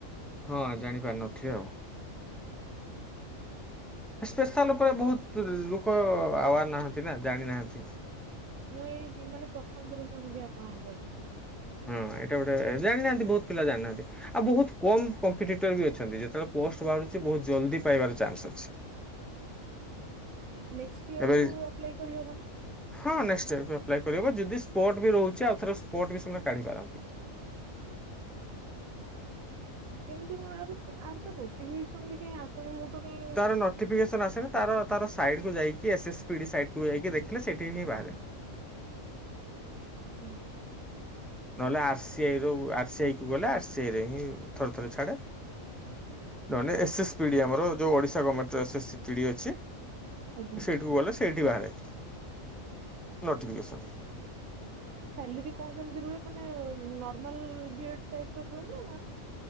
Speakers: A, in the centre; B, on the right (about 80°).
A: ହଁ ଜାଣିପାରିନଥିବେ ଆଉ। ସ୍ପେଶାଲ ଉପରେ ବହୁତ ତ ଲୋକ ଆୱାର ନାହାନ୍ତି ନା ଜାଣି ନାହାନ୍ତି।
B: ମୁଁ ଏଇ ମାନେ ପ୍ରଥମଥର ଶୁଣିଲି ଆପଣଙ୍କଠାରୁ।
A: ହଁ ଏଇଟା ଗୋଟେ ଜାଣିନାହାନ୍ତି ବହୁତ ପିଲା ଜାଣିନାହାନ୍ତି। ଆଉ ବହୁତ କମ କମ୍ପିଡେଟର ବି ଅଛନ୍ତି। ଯେତେବେଳେ ପୋଷ୍ଟ ବାହାରୁଛି ବହୁତ ଜଲଦି ପାଇବାର ଚାନ୍ସ ଅଛି।
B: ନେକ୍ସଟେ ଇୟର
A: ଏବେ
B: କୁ ଆପ୍ଲାଏ କରିହବନି?
A: ହଁ ନେକ୍ସଟ ଇୟରକୁ ଆପ୍ଲାଇ କରିହବ। ଯଦି ସ୍ପଟ ବି ରହୁଛି ଆଉ ଥରେ ସ୍ପଟ ବି ସେମାନେ କାଢିପାରନ୍ତି।
B: କେମିତି ମୁଁ ଆ ଆର ତ ନୋଟିଫିକେସନ ବି କାଇଁ ଆସୁନି ମୁଁ ତ କାଇଁ
A: ତାର ନୋଟିଫିକେସନ ଆସିଲେ ତାର ତାର ସାଇଟ୍ କୁ ଯାଇକି ଏ ଏସ୍ ପିଡି ସାଇ କୁ ଯାଇକି ଦେଖିଲେ ସେଇଠି ହିଁ ବାହାରେ।
B: ହୁଁ।
A: ନହେଲେ ଆର ସି ଆଇ ର ଆର ସି ଆଇ କୁ ଗଲେ ଆର ସିି ଆଇ ରେ ହିଁ ଥରେ ଥରେ ଛାଡ଼େ। ନହେନେ ଏସ୍ ଏସ ପିଡ଼ି ଆମର ଯେଉଁ ଓଡିଶା ଗର୍ଣ୍ଣମେଣ୍ଟର ଏସ୍ ଏସ୍ ପିଡ୍ ଅଛି।
B: ଆଜ୍ଞା
A: ସେଇଠିକୁ ଗଲେ ସେଇଠି ବାହାରେ ନୋଟିଫିକେସନ।
B: ସାଲେରି କଣ କେମିତି ରୁହେ ମାନେ ନର୍ମାଲ ବି ଏଡ୍ ଟାଇପର ରୁହେ ନା